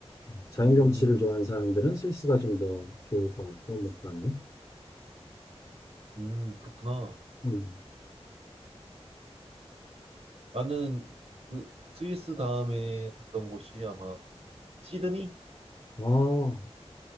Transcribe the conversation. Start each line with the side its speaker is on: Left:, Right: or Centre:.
Left: 자연
Right: 음,
Left: 경치를 좋아하는 사람들은 스위스가 좀 더 좋을 것 같고, 뭐 그러네.
Right: 음, 그렇구나.
Left: 음.
Right: 나는 그 스위스 다음에 갔던 곳이 아마 시드니?
Left: 아, 어,